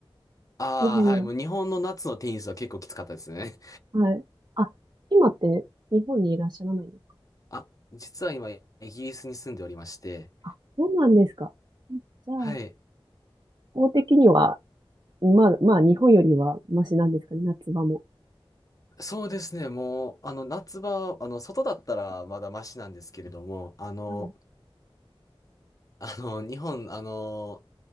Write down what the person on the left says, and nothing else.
ああ、
はい、もう日本の夏のテニスは結構きつかったですね。
<laughs> あ、実は今イギリスに住んでおりまして、
はい。
そうですね、もう、あの、夏場、あの、外だったらまだマシなんですけれども、あの、
あの、日本、あの、